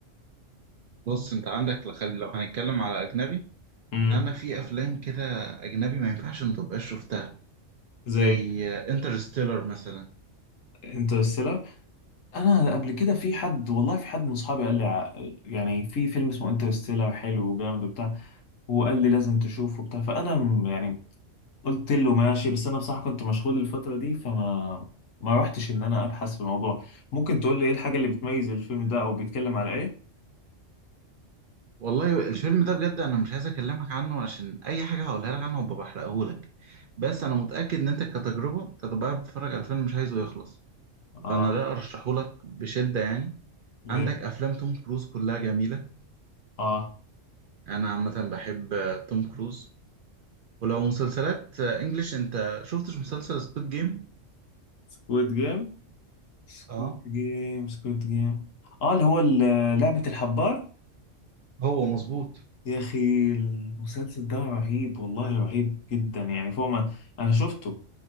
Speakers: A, on the right; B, on the left.
A: بص انت عندك لخل... لو هنتكلم على اجنبي
B: مم.
A: ان انا في افلام كده اجنبي ما ينفعش ما تبقاش شفتها
B: زي
A: زي انترستيلر مثلا
B: انترستيلر أنا قبل كده في حد والله في حد من أصحابي قال لي ع- يعني في فيلم اسمه انترستيلر حلو وجامد وبتاع وقال لي لازم تشوفه وبتاع فأنا م- يعني قلت له ماشي بس انا بصراحه كنت مشغول الفتره دي فما ما رحتش ان انا ابحث في الموضوع ممكن تقول لي ايه الحاجه اللي بتميز الفيلم ده او بيتكلم على ايه
A: والله الفيلم ده بجد انا مش عايز اكلمك عنه عشان اي حاجه هقولها لك عنه هبقى بحرقهولك بس انا متاكد ان انت كتجربه أنت هتبقى قاعد بتتفرج على الفيلم مش عايزه يخلص
B: اه
A: فانا لا ارشحهولك بشده يعني
B: ليه
A: عندك افلام توم كروز كلها جميله
B: اه
A: انا عامه بحب آه، توم كروز ولو مسلسلات آه، انجليش انت شفتش مسلسل سكوت جيم
B: سكويد جيم سكويد
A: اه
B: جيم سكويد جيم اه اللي هو ال- لعبه الحبار
A: هو مظبوط
B: يا اخي المسلسل ده رهيب والله رهيب جدا يعني فوق ما انا شفته